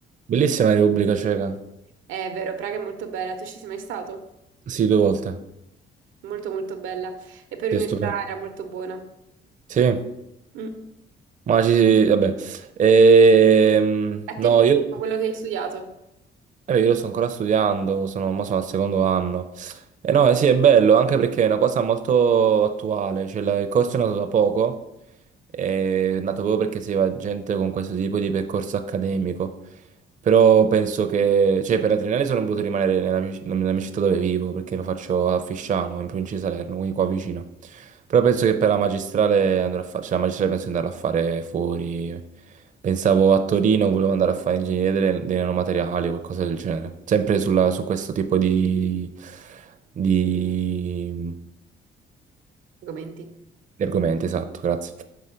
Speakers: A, on the right; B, on the right.
A: Bellissima la Repubblica Ceca.
B: È vero, Praga è molto bella, tu ci sei mai stato?
A: Sì, due volte.
B: molto molto bella e poi l'università
A: Sì, stupendo.
B: era molto buona.
A: Sì,
B: Mm.
A: ma ci... vabbè. Ehm,
B: A
A: no,
B: te è piaciuto
A: io...
B: quello che hai studiato?
A: Eh, beh, io lo sto ancora studiando, sono, ma sono al secondo anno. E no, eh sì, è bello, anche perché è una cosa molto attuale, cioè la- il corso è nato da poco, è nato proprio perché si va gente con questo tipo di percorso accademico. Però penso che, cioè, per la triennale sono voluto rimanere nella mia, nella mia città dove vivo, perché lo faccio a Fisciano, in provincia di Salerno, quindi qua vicino. Però penso che per la magistrale andrò a fare, cioè la magistrale penso di andare a fare fuori. Pensavo a Torino, volevo andare a fare ingegneria delle- dei nanomateriali o qualcosa del genere. Sempre sulla- su questo tipo di, di,
B: Argomenti.
A: di argomenti, esatto, grazie.